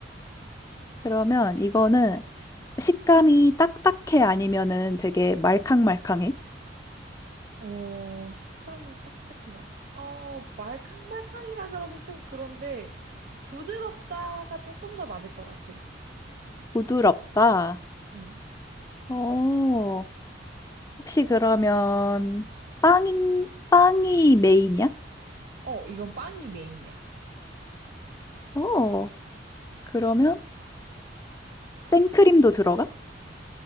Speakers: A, on the left; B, on the right.
A: 그러면 이거는 식감이 딱딱해 아니면은 되게 말캉말캉해?
B: 어, 식감이 딱딱해, 말, 어, 말캉말캉이라 그러긴 좀 그런데, 부드럽다가 조금 더 맞을 것 같아.
A: 부드럽다.
B: 응.
A: 어, 혹시 그러면 빵인, 빵이 메인이야?
B: 어, 이건 빵이 메인이야.
A: 어, 그러면 생크림도 들어가?